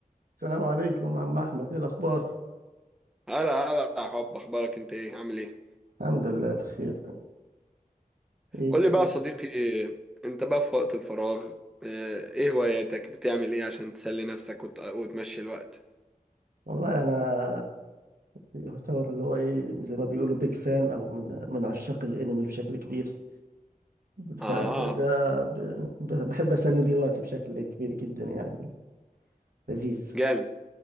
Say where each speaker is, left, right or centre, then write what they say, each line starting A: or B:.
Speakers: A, on the right; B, in the centre.
A: السلام عليكم عم أحمد إيه الأخبار؟
B: هلا هلا يا حب اخبارك انت ايه عامل ايه
A: الحمد لله بخير إيه الدنيا؟
B: قول لي بقى يا صديقي انت بقى في وقت الفراغ اه، ايه هواياتك بتعمل ايه عشان تسلي نفسك وت... وتمشي الوقت
A: والله أنا يعتبر اللي هو إيه زي ما بيقولوا بيج فان أو من من عشاق الأنمي بشكل كبير فده
B: اه
A: ده ب- ب- بحب أسلي بيه وقتي بشكل كبير جدا يعني لذيذ
B: جامد